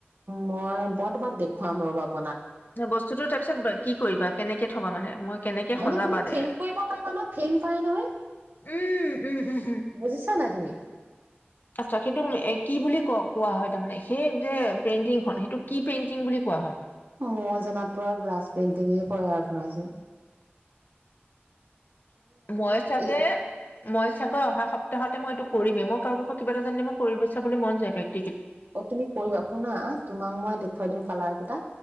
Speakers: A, on the right (about 55°); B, on the left (about 50°).
A: মই বৰ্তমান দেখুৱাম আৰু বাবু
B: বস্তুতটো তাৰপিছত কি কৰিবা কেনেকে থ'বা মানে মই কেনেকে
A: মানে
B: সজাবা
A: তুমি
B: দে
A: ফেম
B: উম,
A: কৰিব পাৰিবা ন ফেম পাই নহয়
B: উম, উম, উম।
A: বুজিছা নাই তুমি।
B: আট্ছা সেইটোক কি বুলি ক কোৱা হয় তাৰমানানে সেই যে পেইন্টিং খন সেইটোতো কৰা কি পেইন্টিং বুলি কোৱা হয়?
A: মই জনাত তো গ্লাছ পেইণ্টিঙে কৰে আৰু ধৰাইছিল
B: মই চাগে
A: এই
B: ময় চাগৰ অহা সপ্ত তহাতে মই এইটো কৰিমেই মই কাৰোবাৰ পৰা কিবা এটা জানে মই কৰিব বুলি মন যায় পাই।
A: অ', তুমি কৰিবা শুনা তোমাক মই দেখুৱাই দিম কালাৰ কেইটা